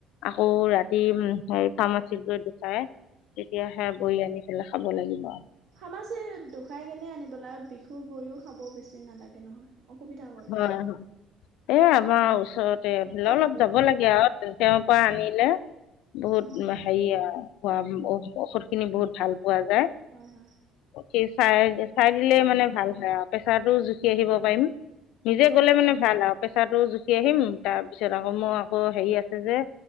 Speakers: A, on the left; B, on the right.
A: আকৌ ৰাতি উম হেৰি ফাৰ্মাচিত গৈ দুটাই- তেতিয়াহে বৰি আনি পেলাই খাব লাগিব আও।
B: ফাৰ্মাছিত দুখাই কিনে আনিব লাগে বিষু বৰিও খাব বেছি নালাগে নহয়। অসুবিধা কৰে
A: হয়, এ আমাৰ ওচৰতে এফাল
B: ক'ত
A: অলপ
B: ধৰে
A: যাব লাগ- গে আও তেওঁৰ পৰা আনিলে বহুত
B: অ
A: হেৰি আৰু। খোৱা ঔষধ খিনি বহুত ভাল পোৱা যায়।
B: হয় হয়।
A: সি চাই চাই দিলে মানে ভাল হয় আৰু প্ৰেছাৰটোও জুখি আহিব পাৰিম। নিজে গ'লে মানে ভাল আও। প্ৰেছাৰটো জুখি আহিম, তাৰপিছত আকৌ মোৰ আকৌ হেৰি আছে যে